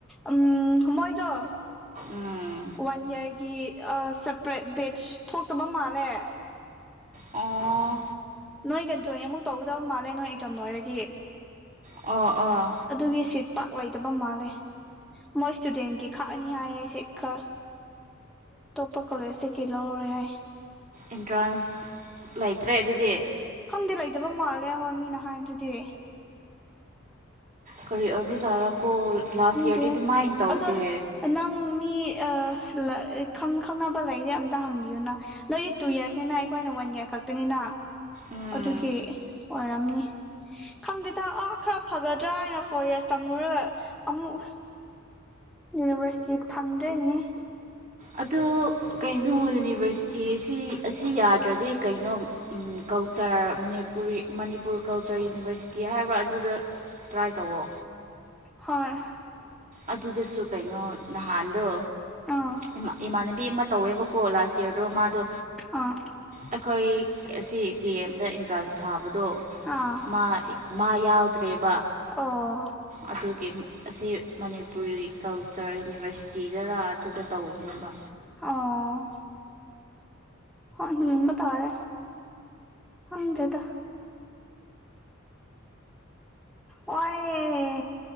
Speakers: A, in the centre; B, on the right.
A: ꯎꯝ ꯃꯣꯏꯗꯣ
B: ꯎꯝ
A: ꯋꯥꯟ ꯏꯌꯥꯔꯒꯤ ꯁꯦꯄꯔꯦꯠ ꯕꯦꯖ ꯊꯣꯛꯇꯕ ꯃꯥꯜꯂꯦ꯫
B: ꯑꯣ꯫
A: ꯅꯣꯏꯒ ꯖꯣꯏ ꯑꯃꯨꯛ ꯇꯧꯒꯗꯧꯕ ꯃꯥꯜꯂꯦ ꯅꯣꯏ ꯑꯦꯛꯖꯥꯝ ꯂꯣꯏꯔꯗꯤ꯫
B: ꯑꯣ ꯑꯣ
A: ꯑꯗꯨꯒꯤ ꯁꯤꯠ ꯄꯥꯛ ꯂꯩꯇꯕ ꯃꯥꯜꯂꯦ ꯃꯣꯏ ꯏꯁꯇꯨꯗꯦꯟꯒꯤ ꯈꯥꯛꯑꯅꯤ ꯍꯥꯏꯌꯦ ꯁꯤꯠ ꯈꯔ꯫ ꯑꯇꯣꯞꯄ ꯀꯣꯂꯦꯖꯇ ꯀꯤ ꯂꯧꯔꯣꯏ ꯍꯥꯏ꯫
B: ꯏꯟꯇ꯭ꯔꯥꯟꯁ ꯂꯩꯇ꯭ꯔꯦ ꯑꯗꯨꯗꯤ꯫
A: ꯪꯗꯤ ꯂꯩꯇꯕ ꯃꯥꯜꯂꯦ ꯍꯣꯏ ꯃꯤꯅ ꯍꯥꯏꯕꯗꯨꯗꯤ꯫
B: ꯀꯔꯤ ꯑꯣꯏꯕꯖꯥꯔ꯫ ꯀꯣ ꯂꯥꯁ
A: ꯈꯪꯗꯦ
B: ꯏꯌꯥꯔꯗꯤ ꯑꯗꯨꯃꯥꯏ ꯇꯧꯗꯦ꯫
A: ꯑꯗꯣ ꯅꯪ ꯃꯤ ꯑ ꯈꯪ ꯈꯪꯅꯕ ꯂꯩꯥꯔꯗꯤ ꯑꯝꯇ ꯍꯪ <unintelligible> ꯅꯣꯏꯗꯤ ꯇꯨ ꯏꯌꯥꯔ꯭ꯁ ꯅ ꯑꯩꯈꯣꯏꯅ ꯋꯥꯟ ꯏꯌꯔ ꯈꯛꯇꯅꯤꯅ꯫
B: ꯎꯝ
A: ꯑꯗꯨꯒꯤ ꯑꯣꯏꯔꯝꯅꯤ ꯈꯪꯗꯦꯗ ꯑ ꯈꯔ ꯐꯒꯗ꯭ꯔꯥ ꯍꯥꯏꯅ ꯐꯣꯔ ꯏꯌꯔ꯭ꯁ ꯇꯝꯂꯨꯔꯒ ꯑꯃꯨꯛ ꯌꯨꯅꯤꯚꯔꯁꯇꯤ ꯐꯪꯗ꯭ꯔꯦꯅꯦꯍꯦ꯫
B: ꯑꯗꯨ ꯀꯩꯅꯣ ꯌꯨꯅꯤꯚꯔꯁꯤꯇꯤ ꯑꯁꯤ ꯑꯁꯤ ꯌꯥꯗ꯭ꯔꯗꯤ ꯀꯩꯅꯣ culture Manipuri Manipur culture university ꯍꯥꯏꯕ꯭ꯔꯥ ꯑꯗꯨꯗ ꯇ꯭ꯔꯥꯏ ꯇꯧꯋꯣ꯫
A: ꯍꯣꯏ꯫
B: ꯑꯗꯨꯗꯁꯨ ꯀꯩꯅꯣ ꯅꯍꯥꯟꯗꯣ
A: ꯑꯥ
B: ꯏꯃꯥ ꯏꯃꯥꯟꯅꯕꯤ ꯑꯃ ꯇꯧꯋꯦꯕꯀꯣ ꯂꯥꯁ ꯏꯌꯥꯔ ꯔꯣꯃꯥꯗꯣ
A: ꯑꯥ
B: ꯑꯩꯈꯣꯏ ꯑꯁꯤ ꯗꯤ ꯑꯦꯝꯗ ꯑꯦꯟꯇ꯭ꯔꯥꯟꯁ ꯊꯥꯕ ꯑꯗꯣ
A: ꯑꯥ
B: ꯃꯥ ꯃꯥ ꯌꯥꯎꯗ꯭ꯔꯦꯕ
A: ꯑꯣ
B: ꯑꯗꯨꯒꯤ꯫ ꯑꯁꯤ ꯃꯅꯤꯄꯨꯔꯤ ꯀꯜꯆꯔ ꯌꯨꯅꯤꯚꯔꯁꯤꯇꯤꯗꯔ ꯑꯗꯨꯗ ꯇꯧꯕꯅꯦꯕ꯫
A: ꯑꯣ ꯍꯣꯢ ꯌꯦꯡꯕ ꯇꯥꯔꯦ ꯈꯪꯗ꯭ꯔꯦꯗ꯫ ꯋꯥꯏꯌꯦ꯫